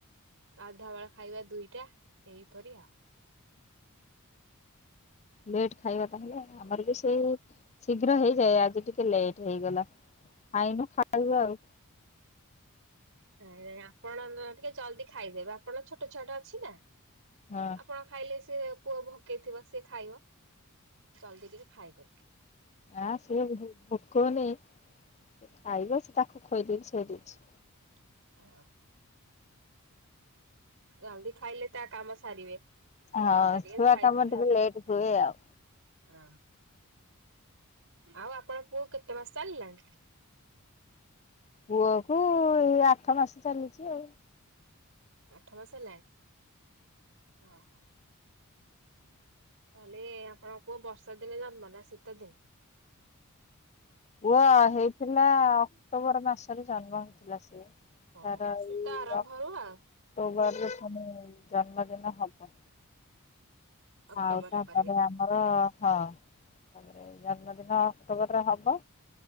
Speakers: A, on the right; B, on the left.
A: ଗାଧା ବଳ ଖାଇବା ଦୁଇଟା ଏଇପରି ଆଉ
B: ଲେଟ୍ ଖାଇବା ତାହେଲେ ଆମର ବି ସେଇ ଶୀଘ୍ର ହେଇଯାଏ ଆଜି ଟିକେ ଲେଟ୍ ହେଇଗଲା। ଖାଇନୁ ଖାଇବୁ ଆଉ।
A: ନାଇଁ ନାଇଁ ଆପଣ ଟିକେ ଜଲଦି ଖାଇଦେବେ ଆପଣ ଛୋଟ ଛୁଆଟା ଅଛି ନା।
B: ହଁ
A: ଆପଣ ଖାଇଲେ ସିଏ ପୁଅ ଭକେଇଥିବ ସିଏ ଖାଇବ। ଜଲଦି ଟିକେ ଖାଇଦେବେ।
B: ଆଁ ସିଏ ଭୋକଉନୀ ଖାଇବ ସେ ତାକୁ ଖୋଇଦେବି ଶୋଇଦଛି।
A: ଓ <unintelligible> ଜଲଦି ଖାଇଲେ ତା କାମ ସାରିବେ
B: ହଁ
A: ଜଲଦି ଟିକେ
B: ଛୁଆ
A: ଖାଇଦେବେ
B: କାମ ଟିକେ
A: ଆଉ।
B: ଲେଟ୍ ହୁଏ ଆଉ
A: ହଁ ଆଉ ଆପଣ ପୁଅ କେତେ ମାସ ଚାଲିଲାଣି
B: ପୁଅ କୁ ଏଇ ଆଠ ମାସ ଚାଲିଛି ଆଉ
A: ଆଠ ମାସ ହେଲାଣି। ହଁ ତାହେଲେ ଆପଣଙ୍କପୁଅ ବର୍ଷା ଦିନେ ଜନ୍ମ ନା ଶୀତ ଦିନ?
B: ପୁଅ ହେଇଥିଲା ଅକ୍ଟୋବର ମାସରେ ଜନ୍ମ ହେଇଥିଲା ସିଏ। ସତାର
A: ଓହୋ ଶୀତ
B: ଏଇ
A: ଆରମ୍ଭରୁ
B: ଅକ୍ଟୋବରରେଖି
A: ଆଉ
B: ଜନ୍ମଦିନେ ହବ।
A: ଅକ୍ଟୋବରରେ
B: ଆଉ ତାପରେ
A: କରିବେ।
B: ଆମର ହଁ। ତାରେ ଜନ୍ମଦିନ ଅକ୍ଟୋବରରେ ହବ